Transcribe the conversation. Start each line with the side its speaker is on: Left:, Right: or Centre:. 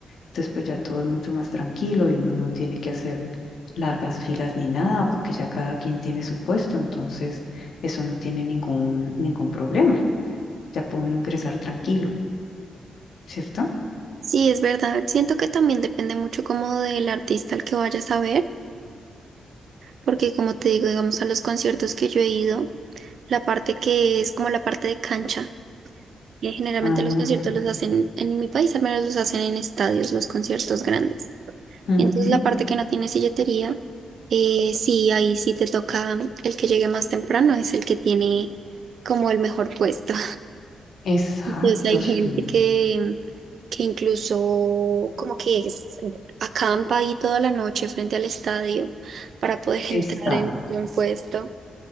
Left: Entonces, pues ya todo es mucho más tranquilo y uno no tiene que hacer largas filas ni nada, porque ya cada quien tiene su puesto, entonces eso no tiene ningún, ningún problema. Ya puede uno ingresar tranquilo, ¿cierto?
Right: Sí, es verdad. Siento que también depende mucho como del artista al que vayas a ver, porque como te digo, digamos, a los conciertos que yo he ido, la parte que es como la parte de cancha, y generalmente
Left: Ah,
Right: los conciertos
Left: ok.
Right: los hacen en mi país, al menos los hacen en estadios, los conciertos grandes.
Left: Ujú.
Right: Entonces la parte que no tiene silletería, eh, sí, ahí sí te toca el que llegue más temprano, es el que tiene como el mejor puesto.
Left: Exacto,
Right: Entonces hay gente
Left: sí,
Right: que, que incluso como que es- acampa ahí toda la noche frente al estadio para poder <laughs>
Left: exacto.
Right: entrar en un puesto.